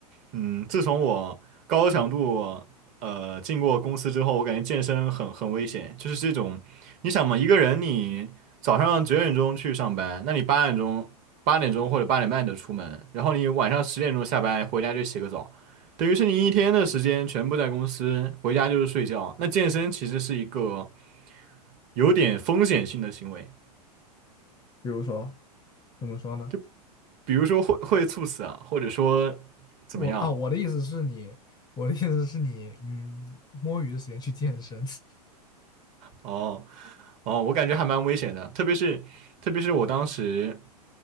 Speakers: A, on the right (about 40°); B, on the left (about 20°).
A: 嗯，自从我高强度呃进过公司之后，我感觉健身很很危险，就是这种，你想嘛，一个人你早上九点钟去上班，那你八点钟八点钟或者八点半就出门，然后你晚上十点钟下班回家就洗个澡，等于是你一天的时间全部在公司，回家就是睡觉，那健身其实是一个有点风险性的行为。
B: 比如说怎么说呢？
A: 就比如说会会猝死啊，或者说怎么样？
B: 我啊，我的意思是你，我的意思是你，嗯，摸鱼的时间去健身。<laughs>
A: 哦哦，我感觉还蛮危险的，特别是特别是我当时，